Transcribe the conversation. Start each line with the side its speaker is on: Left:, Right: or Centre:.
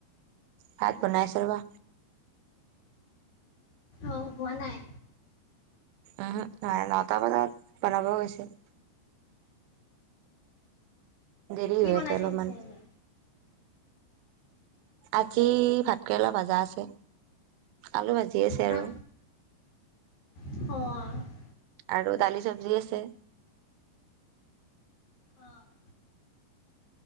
Right: ভাত বনাইছ বাা
Left: অ হোৱা নাই
Right: উম নাৰে নটা বজাত বনাব গৈছিল দেৰি
Left: কি
Right: হৈ
Left: বনাইছে
Right: আছে অলপমান।
Left: বিুচাৰ এনে
Right: আজি ভাতকেৰেলা ভাজা আছে আলু ভাজি আছে আৰু
Left: হা অ
Right: আৰু দালি চব্জি আছে
Left: অ',